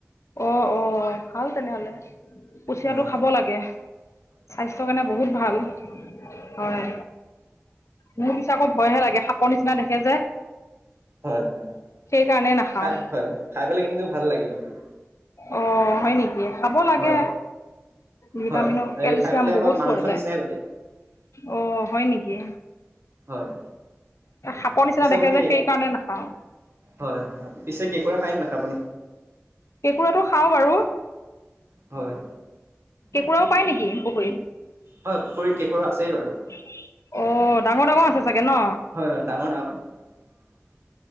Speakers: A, on the left; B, on the right.
A: অ অ ভাল তেনেহ'লে। কুচিয়াটো
B: হয় হয়
A: খাব লাগে, স্বাস্থ্যৰ কাৰণে বহুত ভাল হয়। মোৰ পিছে আকৌ ভয়হে লাগে সাপৰ নিচিনা দেখে যে।
B: হয় হয়,
A: সেইকাৰণে নাখাওঁ
B: খাই হয় খাই পেলাই কিন্তু ভাল লাগে কিন্তু।
A: অঁ হয় নি খাব লাগে,
B: হয় হয়
A: ভিটামিনো
B: হয় এই
A: কেলচিয়াম
B: খাই পেলাই অলপ
A: বহুত
B: মাংস
A: পোৱা যায়।
B: নিচিনাই লাগে
A: অ হয় নেকি?
B: হয়।
A: সাপৰ নিচিনা
B: পিছে
A: দেখে
B: আপুনি
A: যে সেই কাৰণে নাখাওঁ।
B: হয় হয়, পিছে কেকুৰা খাই নাখাই আপুনি?
A: কেঁকুৰাটো খাওঁ বাৰু।
B: হয়।
A: কেঁকুৰাও পাই নেকি পুখুৰীত?।
B: হয়, পুখুৰীৰত কেঁকোৰা আছেই বাৰু।
A: অ, ডাঙৰ ডাঙৰ আছে চাগে ন।
B: হয় হয় ডাঙৰ <inaudible>